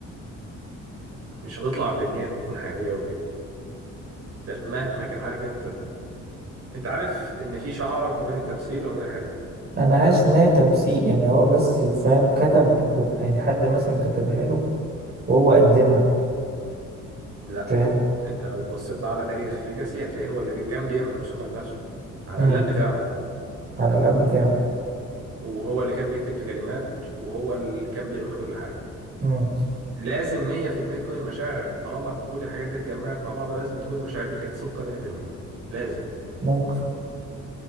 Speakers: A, on the right; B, on the right.
A: مش هتطلع بان هي تكون حقيقيه وكده ده مهما كان عارف انت انت عارف ان في شعره ما بين التمثيل وما بين الحقيقه
B: أنا حاسس
A: تمام
B: إن هي تمثيل يعني هو بس فاهم كتب كوب- يعني حد مثلا كتبها له وهو قدمها
A: لا
B: فاهم
A: انت لو بصيت بقى على تاريخ ليجاسي هتلاقيه هو اللي بي- كان بيعمل موسيقى لنفسه على
B: مم.
A: اللاب بتاعه
B: على
A: تمام
B: اللاب بتاعه
A: وهو اللي كان بيكتب الكلمات وهو اللي كان بيعمل كل حاجة
B: مم.
A: لازم 100% تكون المشاعر طالما كل الحاجات دي اتجمعت مع بعض لازم تكون المشاعر دي كانت صادقة 100% لازم
B: ممكن